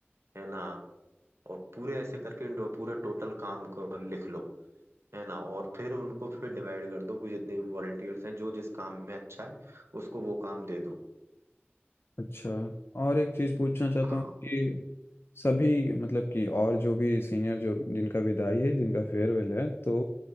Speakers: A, on the right (about 85°); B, on the left (about 65°).
A: है ना और पूरे ऐसे करके इन- पूरा टोटल काम को लिख लो है ना और फिर उनको फिर डिवाइड कर दो कि जितने भी वॉलंटियर्स हैं जो जिस काम में अच्छा है उसको वो काम दे दो
B: अच्छा और एक चीज़ पूछना चाहता
A: हाँ
B: हूँ कि सभी मतलब कि और जो भी सीनियर जो जिनका विदाई है जिनका फेयरवेल है तो